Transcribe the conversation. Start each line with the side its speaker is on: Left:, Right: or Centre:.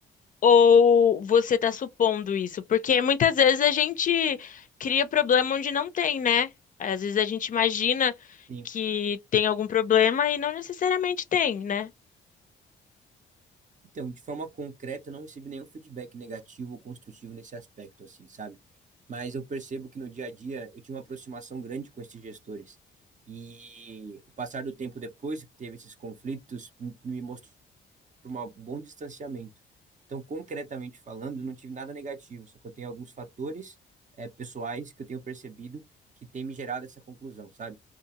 Left: Ou você está supondo isso? Porque muitas vezes a gente cria problema onde não tem, né? Às vezes a gente imagina
Right: Sim.
Left: que tem algum problema e não necessariamente tem, né?
Right: Então, de forma concreta, eu não recebi nenhum feedback negativo ou construtivo nesse aspecto, assim, sabe? Mas eu percebo que no dia a dia eu tinha uma aproximação grande com esses gestores. E o passar do tempo depois que teve esses conflitos m- me mostrou uma- um bom distanciamento. Então, concretamente falando, eu não tive nada negativo, só que eu tenho alguns fatores, eh, pessoais que eu tenho percebido que tem me gerado essa conclusão, sabe?